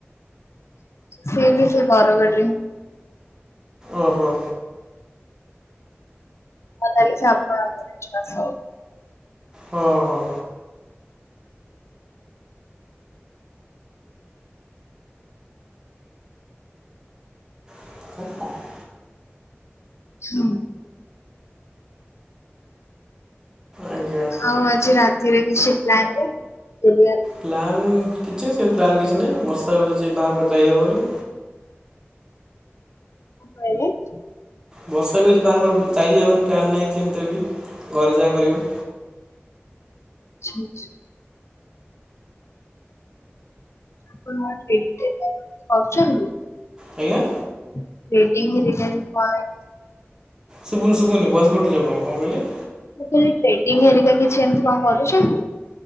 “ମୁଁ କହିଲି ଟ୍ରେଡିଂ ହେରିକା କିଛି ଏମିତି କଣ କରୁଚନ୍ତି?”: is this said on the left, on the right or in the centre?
Left